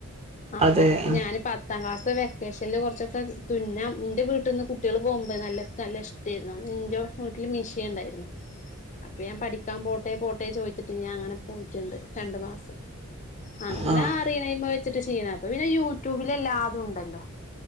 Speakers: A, on the left; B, on the right.
A: അപ്പോ
B: അതെ ഉം
A: ഞാൻ പത്താം ക്ലാസ്സാ ഇപ്പോ വെക്കേഷനിൽ കുറച്ചൊക്കെ തുന്നാം എൻ്റെ വീട്ടിൽ നിന്ന് കുട്ടികൾ പോകുമ്പോൾ നല്ല നല്ല ഇഷ്ടമായിരുന്നു ഇന്റോടെ. വീട്ടില് മിഷീൻ ഇണ്ടായിരുന്നു. അപ്പൊ ഞാൻ പഠിക്കാൻ പോട്ടെ പോട്ടെ ചോയ്ച്ചിട് ഞാൻ അങ്ങനെ പോയിട്ടുണ്ട് രണ്ട് മാസം. അങ്ങനെ
B: ആഹ്
A: അറിയണെമെ വെച്ചിട്ട് ചെയ്യണ. അപ്പൊ പിന്നെ യൂട്യൂബിൽ എല്ലാതും ഉണ്ടല്ലോ.